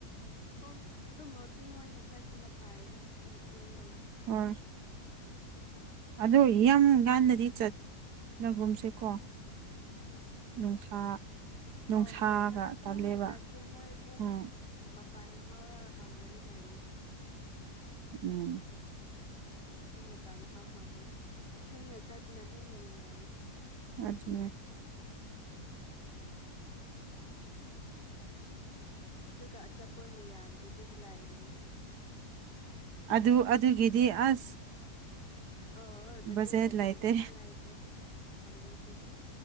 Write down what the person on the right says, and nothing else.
ꯑ ꯑꯗꯣ ꯌꯥꯝ ꯉꯥꯟꯟꯅꯗꯤ ꯆꯠꯐꯝꯨꯝꯁꯦꯀꯣ ꯅꯨꯡꯁꯥ ꯅꯨꯡꯁꯥꯒ
ꯇꯜꯂꯦꯕ
ꯎꯝ
ꯎꯝ
ꯑꯗꯨ
ꯑꯗꯨ ꯑꯗꯨꯒꯤꯗꯤ ꯑꯁ
ꯕꯖꯦꯠ
ꯂꯩꯇꯦ